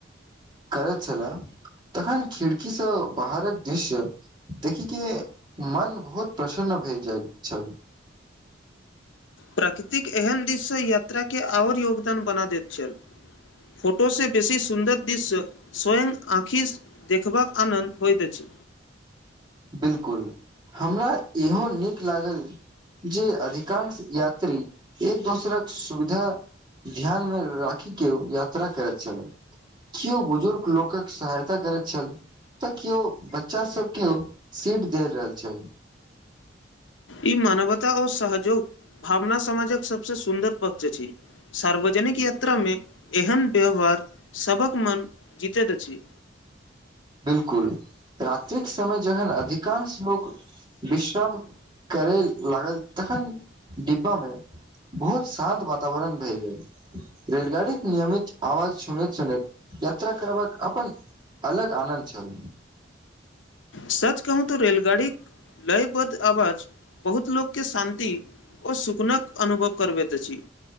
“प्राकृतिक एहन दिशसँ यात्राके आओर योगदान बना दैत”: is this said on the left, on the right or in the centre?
Left